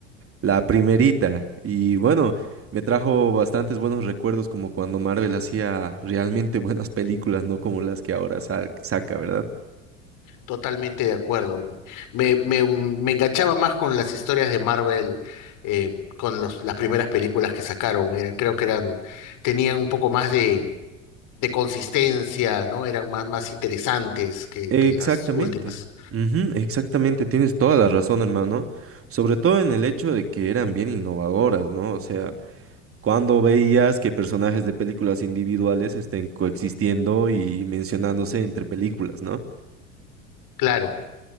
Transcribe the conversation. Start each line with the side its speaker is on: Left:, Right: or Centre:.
Right: la primerita. Y bueno, me trajo bastantes buenos recuerdos como cuando Marvel hacía realmente <laughs> buenas películas, no como las que ahora sa- saca, ¿verdad?
Left: totalmente de acuerdo. Me, me, me enganchaba más con las historias de Marvel, eh, con los, las primeras películas que sacaron. Era- creo que eran, tenían un poco más de, de consistencia, ¿no? Eran más, más interesantes que,
Right: Exactamente,
Left: que las últimas.
Right: Ujú, exactamente, tienes toda la razón, hermano, sobre todo en el hecho de que eran bien innovadoras, ¿no? O sea, cuando veías que personajes de películas individuales estén coexistiendo y mencionándose entre películas, ¿no?
Left: Claro.